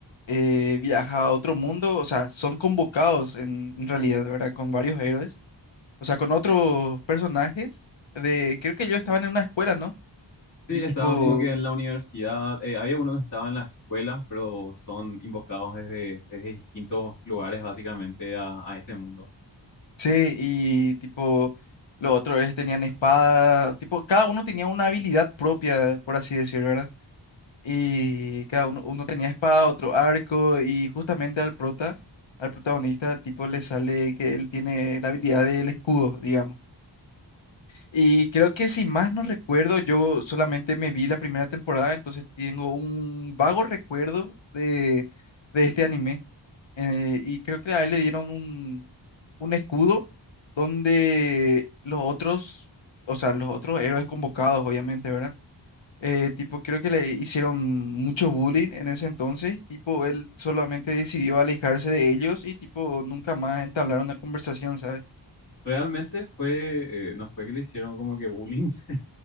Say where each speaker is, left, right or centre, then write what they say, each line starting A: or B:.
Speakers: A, on the left; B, on the left.
A: eh, viaja a otro mundo, o sea, son convocados en, en realidad, ¿verdad? Con varios héroes, o sea, con otros personajes de, creo que ellos estaban en una escuela, ¿no?
B: Sí,
A: Y Sí.
B: estaban
A: tipo,
B: como que en la universidad. eh, había uno que estaba en la escuela, pero son invocados desde, desde distintos lugares básicamente a, a este mundo.
A: sí, y tipo, los otros héroes tenían espada, tipo, cada uno tenía una habilidad propia, por así decirlo, ¿verdad? Y cada uno, uno tenía espada, otro arco, y justamente al prota, al protagonista, tipo, le sale que él tiene la habilidad del escudo, digamos. Y creo que si más no recuerdo, yo solamente me vi la primera temporada, entonces tengo un vago recuerdo de, de este anime. Eh, y creo que a él le dieron un, un escudo donde los otros, o sea, los otros héroes convocados, obviamente, ¿verdad? Eh, tipo, creo que le hicieron mucho bullying en ese entonces. Tipo, él solamente decidió alejarse de ellos y, tipo, nunca más entablar una conversación, ¿sabes?
B: Realmente fue, eh, no fue que le hicieron como que bullying. <laughs>